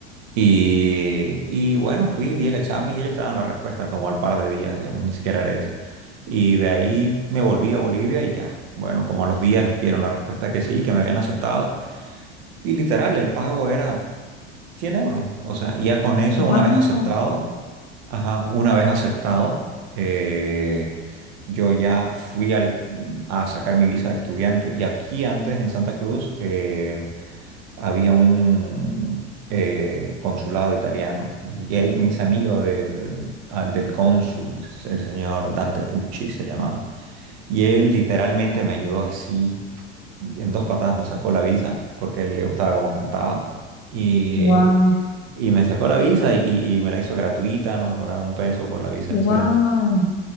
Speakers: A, on the right; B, on the left.
A: Y, y bueno, fui, di el examen y ellos estaban la respuesta como al par de días, digamos, ni siquiera era eso. Y de ahí me volví a Bolivia y ya. Bueno, como a los días dieron la respuesta que sí, que me habían aceptado. Y literal, el pago era 100 euros. O sea, y ya con eso, una
B: Wow.
A: vez aceptado, ajá, una vez aceptado, eh, yo ya fui al- a sacar mi visa de estudiante. Y aquí antes, en Santa Cruz, eh, había un eh, consulado italiano y Jake me hice amigo del, ah, del cónsul, el señor Dante Pucci se llamaba, y él literalmente me ayudó así, en dos patadas me sacó la visa porque a él le gustaba cómo cantaba y,
B: Wow.
A: y me sacó la visa y, y me la hizo gratuita, no me cobraron un peso por la visa
B: Wow.
A: de estudiante.